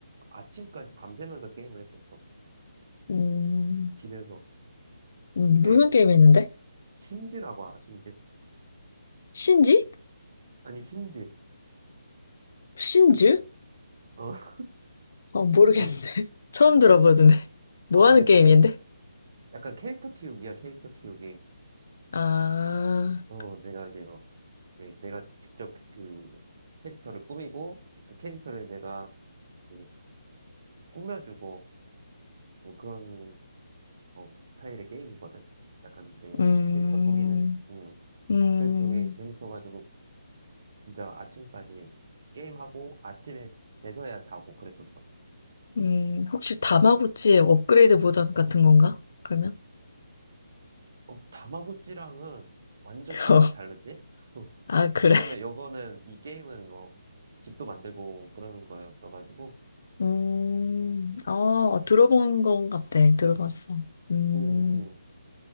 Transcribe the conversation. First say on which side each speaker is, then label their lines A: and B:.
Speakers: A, on the right (about 45°); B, on the left (about 55°).
A: 아침까지 밤새면서 게임을 했었어.
B: 음,
A: 집에서.
B: 음,
A: 그때
B: 무슨 게임 했는데?
A: 심지라고 알아, 심지.
B: 신지?
A: 아니, 심지.
B: 신즈?
A: 어, <laughs>
B: 어,
A: 심지.
B: 모르겠는데. <laughs> 처음
A: 그
B: 들어보는데.
A: S.
B: 뭐
A: 아, 그래.
B: 하는 게임인데?
A: 이게 약간 캐릭터 키우기야, 캐릭터 키우기.
B: 아,
A: 어, 내가 이제 뭐, 내, 내가 직접 그 캐릭터를 꾸미고, 그 캐릭터를 내가 그 꾸며주고, 뭐 그런 어, 스타일의 게임이거든. 약간 내
B: 음,
A: 캐릭터 꾸미는. 음.
B: 음.
A: 그 되게 재밌어가지고, 진짜 아침까지 게임하고, 아침에 돼서야 자고 그랬었어.
B: 음, 혹시 다마고치의 업그레이드 버전 같은 건가? 그러면?
A: 어, 다마고찌랑은 완전
B: <laughs>
A: 차원이
B: 어,
A: 다르지? 어,
B: 아, 그래.
A: 왜냐면 요거는 이 게임은 뭐 집도 만들고 그러는 거였어가지고.
B: 음, 어,
A: 음.
B: 들어본 것 같아. 들어봤어. 음,
A: 응, 응.